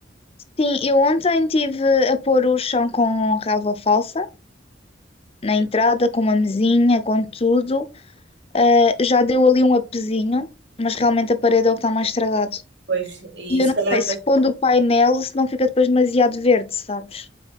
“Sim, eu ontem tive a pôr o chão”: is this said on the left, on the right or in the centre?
Left